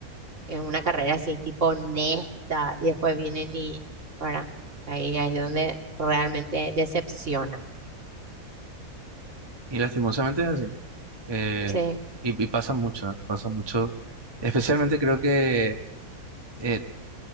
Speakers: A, on the right; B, on the right.
A: en una carrera así tipo honesta y después vienen y, ¿verdad? Ahí es donde realmente decepciona.
B: y lastimosamente es así. Eh,
A: Sí,
B: y, y pasa mucho, ¿eh? Pasa mucho. Especialmente creo que eh,